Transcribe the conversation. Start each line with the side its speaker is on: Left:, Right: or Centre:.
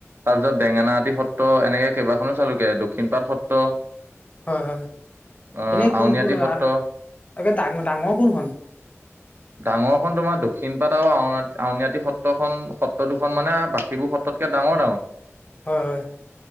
Right: তাৰপিছত বেঙেনাআতি সত্ৰ, এনেকে কেইবাখনো চালোগে, দক্ষিণপাট সত্ৰ।
Left: হয় - হয়।
Right: আহ
Left: এনেই কোনখন-
Right: আউনীআটী সত্ৰ
Left: অ'- একে ডাঙ- ডাঙৰ কোনখন?
Right: ডাঙৰখন তোমাৰ দক্ষিণ পাট আৰু আউন- আউনআটী সত্ৰখন- সত্ৰ দুখন মানে বাকীবোৰ সত্ৰতকে ডাঙৰ - ডাঙৰ।
Left: হয় - হয়।